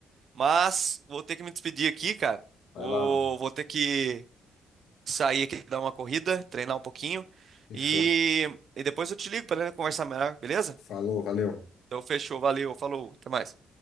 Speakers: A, on the right; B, on the left.
A: mas vou ter que me despedir aqui, cara.
B: Vai
A: Ô,
B: lá, mano.
A: vou ter que sair aqui, dar uma corrida, treinar um pouquinho.
B: Fechou.
A: E, e depois eu te ligo para conversar melhor, beleza?
B: Falou, valeu.
A: Então fechou, valeu, falou, até mais.